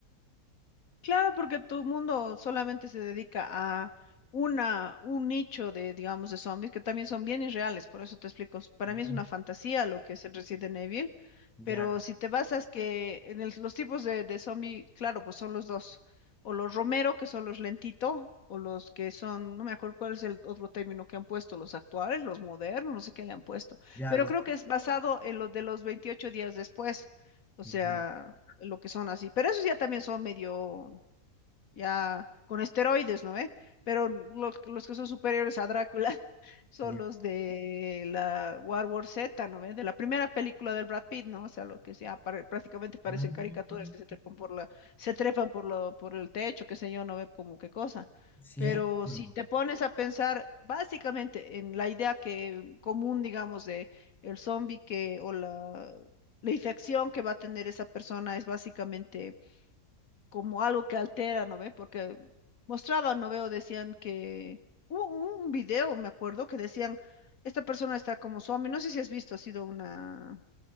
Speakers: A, on the left; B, in the centre.
A: Claro, porque todo el mundo solamente se dedica a una, un nicho de, digamos, de zombies que también son bien irreales, por eso te explico. s- Para
B: Ah,
A: mí es una fantasía lo que es el Resident Evil,
B: Ya,
A: pero si te basas que en el- los tipos de, de zombie, claro, pues son los dos, o los romero, que son los lentito, o los que son, no me acuerdo cuál es el otro término que han puesto, los actuales, los modernos, no sé qué le han puesto,
B: ya
A: pero
B: los,
A: creo que es basado en lo de los 28 días después, o
B: ya,
A: sea, lo que son así, pero esos ya también son medio ya con esteroides, ¿no ve? Pero los, que- los que son superiores a Drácula <laughs> son
B: ya.
A: los de la World War Z, ¿no ve? De la primera película del Brad Pitt, ¿no? O sea, lo que sea, pare- prácticamente parecen
B: <laughs>
A: caricaturas que
B: Ah,
A: se trepan por la, se trepan por lo, por el techo, qué sé yo, no ve como qué cosa.
B: Cierto.
A: Pero si te pones a pensar básicamente en la idea que común, digamos, de el zombie que o la la infección que va a tener esa persona es básicamente como algo que altera, ¿no ve? Porque mostraban, ¿no veo? Decían que hubo hubo un video, me acuerdo, que decían, esta persona está como zombie, no sé si has visto, ha sido una,